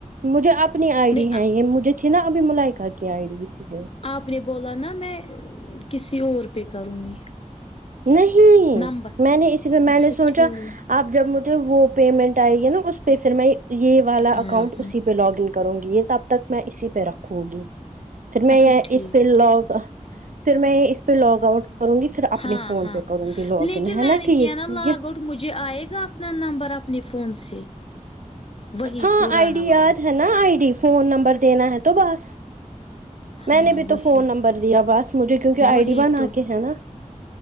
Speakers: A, on the right; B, on the left.
A: مجھے اپنی آئی ڈی
B: نہیں
A: ہے یہ مجھے تھی نہ ابھی ملائک کیا آئی ڈی سے کرے
B: آپ نے بولا نا میں کسی اور پے کروں گی
A: نہیں
B: نمبر
A: میں نے اسی پ میں
B: اچھا
A: نے سوچا
B: ٹھیک
A: آپ جب مجھے وہ پیمنٹ آئے گی نا اس پہ پھر میں یہ والا
B: ہاں
A: اکاؤنٹ
B: ہاں
A: اسی پہ لاگ ان کروں گی یہ تب تک میں اسی پہ رکھوں گی پھر میں
B: اچھا
A: یہ
B: ٹھیک
A: اس پہ لاگ پھر میں اس پہ لاگ آؤٹ کروں گی پھر اپنے
B: ہاں
A: فون
B: ہاں
A: پہ کروں گی لاگ
B: لیکن
A: ان ہے
B: میں
A: نا
B: نے
A: ٹھیک
B: کیا ہے نا لاگ آؤٹ تو مجھے آئے گا اپنا نمبر اپنے فون سے وہی
A: ہاں
B: پرانا
A: آئی ڈی
B: والا
A: یاد ہے نا آئی ڈی فون نمبر دینا ہے تو بس میں
B: ہاں
A: نے بھی
B: وہی
A: تو فون نمبر دیا بس مجھے کیونکہ
B: وہی
A: آئی ڈی بنا
B: تو
A: کے ہے نا